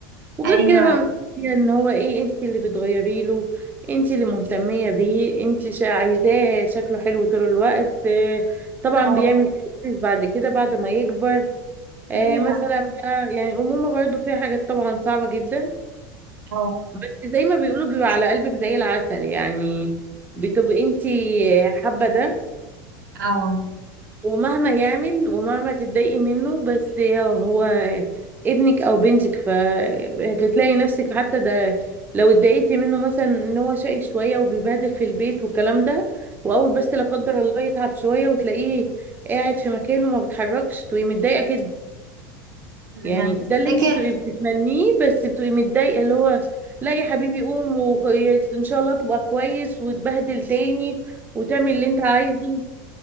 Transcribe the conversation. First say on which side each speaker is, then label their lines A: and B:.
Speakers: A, on the right; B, on the right.
A: وغير
B: ايوه
A: كده بقى مسؤولية ان هو ايه انت اللي بتغيري له انت اللي مهتمية بيه انت شا- عايزاه شكله حلو طول الوقت آه، طبعا
B: اه
A: بيعمل كويس بعد كده بعد ما يكبر آه
B: ايوه
A: مثلا بقى يعني الأمومة برضو فيها حاجات طبعا صعبة جدا
B: اه
A: بس زي ما بيقولوا بيبقى على قلبك زي العسل يعني بتبقي انت حابة ده
B: اه
A: ومهما يعمل ومهما تتضايقي منه بس يا هو ابنك او بنتك ف... فتلاقي نفسك حتى ده لو اتضايقتي منه مثلا ان هو شقي شويه وبيبهدل في البيت والكلام ده واول بس لا قدر الله يتعب شويه وتلاقيه قاعد في مكانه ما بيتحركش تبقي متضايقه جدا
B: انا
A: يعني ده اللي
B: افتكر
A: انت بتبقي بتتمنيه بس بتبقي متضايقه اللي هو لا يا حبيبي قوم وان شاء الله تبقى كويس وتبهدل تاني وتعمل اللي انت عايزه